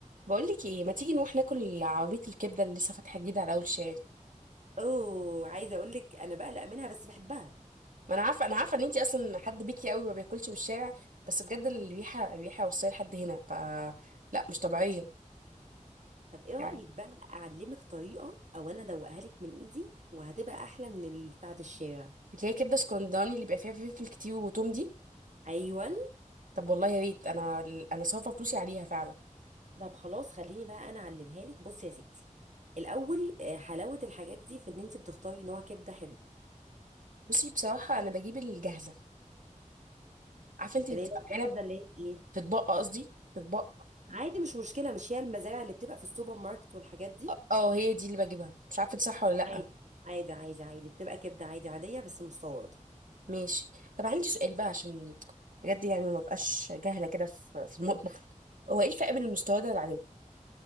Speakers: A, on the right (about 80°); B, on the right (about 60°).
A: بقولك ايه ما تيجي نروح ناكل عربيه الكبده اللي لسه فاتحه جديد على اول شارع
B: اوه عايزه اقول لك انا بقلق منها بس بحبها
A: ما انا عارفه انا عارفه ان انتي اصلا حد بيكي قوي ما بياكلش من الشارع بس بجد الريحه الريحه وصلت لحد هنا ف لا مش طبيعيه
B: طب ايه رايك
A: يعني
B: بقى اعلمك طريقه او انا ادوقها لك من ايدي وهتبقى احلى من اللي بتاعه الشارع
A: اللي هي كبده اسكندراني اللي بيبقى فيها فلفل كتير وتوم دي
B: ايوه
A: طب والله يا ريت انا انا صارفه فلوسي عليها فعلا
B: طب خلاص خليني بقى انا اعلمها لك بصي يا ستي الاول آه، حلاوه الحاجات دي في ان انت بتختاري نوع كبده حلو
A: بصي بصراحه انا بجيب الجاهزه عارفه انت اللي
B: اللي
A: بتبقى
B: هي الجاهزه
A: في علب
B: اللي هي ايه
A: في اطباق قصدي في اطباق
B: عادي مش مشكله مش هي المزارع اللي بتبقى في السوبر ماركت والحاجات دي
A: اه آه، هي دي اللي بجيبها مش عارفه دي صح ولا لا
B: عادي عادي عادي عادي بتبقى كبده عادي عاديه بس مستورده
A: ماشي طب عندي سؤال بقى عشان بجد يعني ما بقاش جاهله كده في في المطبخ هو ايه الفرق بين المستويات والعاديه